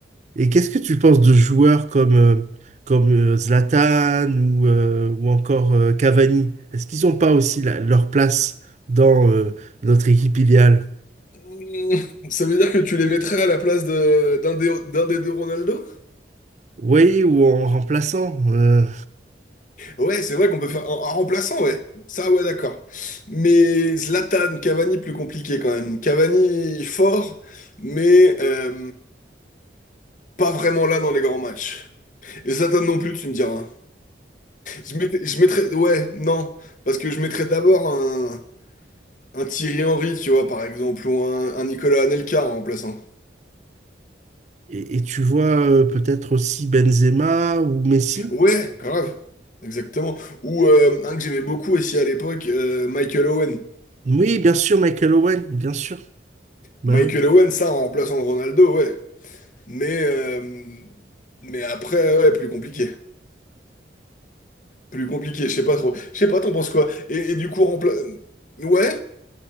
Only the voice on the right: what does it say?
et qu'est-ce que tu penses de joueurs comme euh, comme euh, Zlatan ou euh, ou encore euh, Cavani? Est-ce qu'ils n'ont pas aussi la- leur place dans euh, notre équipe idéale?
Oui, ou en remplaçant. euh,
et, et tu vois euh, peut-être aussi Benzema ou Messi?
Oui, bien sûr, Michael Owen, bien sûr. Bah
ouais.